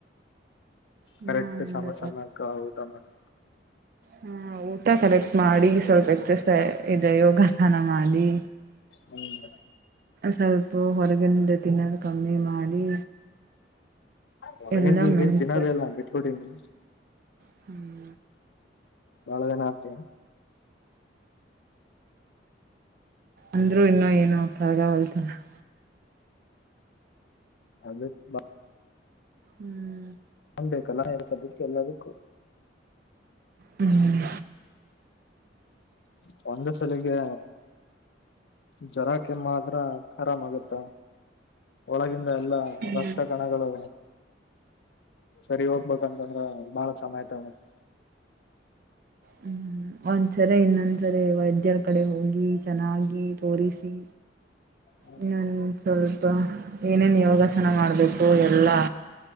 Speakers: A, on the right (about 50°); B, on the left (about 65°).
A: ಇನ್ನ
B: ಕರೆಕ್ಟ್
A: ಒಂದು
B: ಸಮ ಸಮಯಕ್ಕೆ ಊಟ ಮಾಡಿ
A: ಹ್ಮ ಊಟ ಕರೆಕ್ಟ್ ಮಾಡಿ ಸ್ವಲ್ಪ ಎಕ್ಸರ್ಸೈಜ್ ಇದೆ ಯೋಗಾಸನ ಮಾಡಿ.
B: ಹ್ಮ್
A: ಸ್ವಲ್ಪ ಹೊರಗಿನಿಂದ ತಿನ್ನೋದು ಕಮ್ಮಿ ಮಾಡಿ.
B: ಹೊರಗಿಂದು
A: ಎಲ್ಲ
B: ಇವಾಗೇನು
A: ಮೆಂತೆ
B: ತಿನ್ನೋದೋ ಇಲ್ಲ ಬಿಟ್ಟುಬಿಟ್ಟಿದ್ನಿ.
A: <inaudible>
B: ಬಹಳ ದಿನ ಆಯ್ತು.
A: ಅಂದ್ರರು ಇನ್ನ ಏನು <unintelligible>
B: ಅದೇ. <unintelligible>
A: ಹ್ಮ್.
B: ಬೇಕಲ್ಲ <unintelligible> ಎಲ್ಲದುಕ್ಕೂ.
A: ಹ್ಮ್
B: ಹ ಒಂದೆ ಸಲಿಗೆ. ಜ್ವರ ಕೆಮ್ಮ ಆದ್ರ ಆರಾಮ ಆಗತ್ತ ಒಳಗಿಂದ ಎಲ್ಲಾ.
A: ಹ್ಮ್
B: ರಕ್ತ ಕಣಗಳು ಸರಿ ಹೋಗ್ಬೇಕಂತಂದ್ರ ಬಾಳ ಸಮಯತಗತ್ತ.
A: ಹ್ಮ್ ಒಂದ್ಸರೆ ಇನ್ನೊಂದ್ಸರೆ ವೈದ್ಯರ ಕಡೆ ಹೋಗಿ ಚೆನ್ನಾಗಿ ತೋರಿಸಿ.
B: ಹ್ಮ್
A: ಇನ್ನೊಂದು ಸ್ವಲ್ಪ ಏನೇನು ಯೋಗಾಸನ ಮಾಡ್ಬೇಕು ಎಲ್ಲಾ.